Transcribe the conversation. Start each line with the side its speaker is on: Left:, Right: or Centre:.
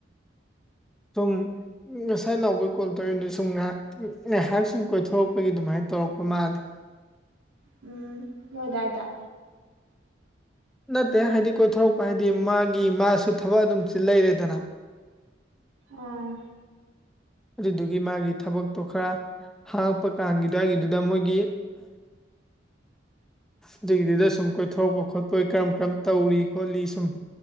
Centre: ꯇꯨꯝ ꯉꯁꯥꯏ ꯅꯥꯎꯕꯒꯤ ꯀꯣꯜ ꯇꯧꯔꯤꯗꯨ ꯁꯨꯝ ꯉꯥꯏꯍꯥꯛ ꯉꯥꯏꯍꯥꯛ ꯁꯨꯝ ꯀꯣꯏꯊꯣꯔꯛꯄꯒꯤ ꯑꯗꯨꯃꯥꯏꯅ ꯇꯧꯔꯛꯄ ꯃꯥꯜꯂꯤꯦ
Right: ꯎꯝ ꯍꯣꯏꯗ ꯍꯥꯏꯗ
Centre: ꯅꯠꯇꯦ ꯍꯥꯏꯗꯤ ꯀꯣꯏꯊꯣꯔꯛꯄ ꯍꯥꯏꯗꯤ ꯃꯥꯒꯤ ꯃꯥꯁꯨ ꯊꯕꯛ ꯑꯗꯨꯝ ꯂꯩꯔꯦꯗꯅ
Right: ꯑꯥ
Centre: ꯑꯗꯨꯗꯨꯒꯤ ꯃꯥꯒꯤ ꯊꯕꯛꯇꯣ ꯈꯔ ꯍꯥꯡꯉꯛꯄ ꯀꯥꯟꯒꯤꯗꯥꯒꯤꯗꯨꯗ ꯃꯣꯏꯒꯤ ꯑꯗꯨꯒꯤꯗꯨꯗ ꯁꯨꯝ ꯀꯣꯏꯊꯣꯔꯛꯄ ꯈꯣꯠꯄ ꯀꯔꯝ ꯀꯔꯝ ꯇꯧꯔꯤ ꯈꯣꯠꯂꯤ ꯁꯨꯝ